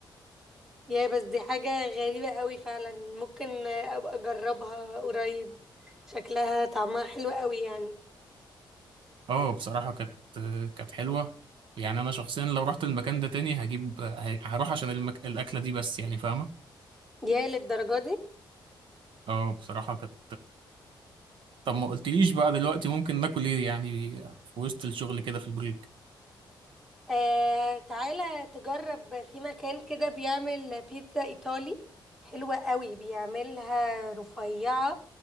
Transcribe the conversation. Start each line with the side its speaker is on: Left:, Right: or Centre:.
Centre: يا بس دي حاجة غريبة قوي فعلا ممكن ابقى اجربها قريب شكلها طعمها حلو قوي يعني
Right: اه بصراحه كانت كانت حلوه يعني انا شخصيا لو رحت المكان ده تاني هجيب هروح عشان المك... الاكله دي بس يعني فاهمه
Centre: يا للدرجة دي
Right: اه بصراحه كانت طب ما قلتليش بقى دلوقتي ممكن ناكل ايه يعني في وسط الشغل كده في البريك
Centre: آه تعالى تجرب في مكان كده بيعمل بيتزا ايطالي حلوة قوي بيعملها رفيعة